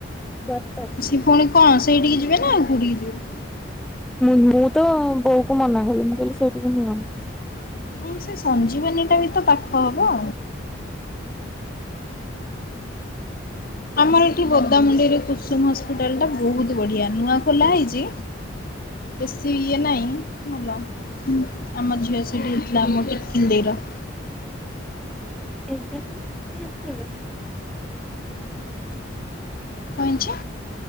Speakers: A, in the centre; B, on the left.
A: ଡକ୍ଟର
B: ସେ ପୁଣି କଣ ସେଇଠିକି ଯିବେ ନା ଆଉ କଉଁଠିକି ଯିବେ?
A: ମୁ ମୁଁ ତ ବୋଉ କ ମନା କଲି ମୁଁ କହିଲି ସେଇଠିକି ନିଅନି।
B: ହଁ ସେ ସଞ୍ଜୀବନୀ ଟା ବି ତ ପାଖ ହବ। ଆମର ଏଠି ବୋଦାମୁଣ୍ଡେଇରେ କୁସୁମ ହସ୍ପିଟାଲ ଟା ବହୁତ ବଢିଆ। ନୂଆ ଖୋଲା ହେଇଚି। ବେଶୀ ଇଏ ନାହିଁ ଭଲ। ଆମ ଝିଅ ସେଠି ହେଇଥିଲା ଆମ ଟିକିଲି ଦେଇର।
A: <inaudible>
B: କାଇଁକି?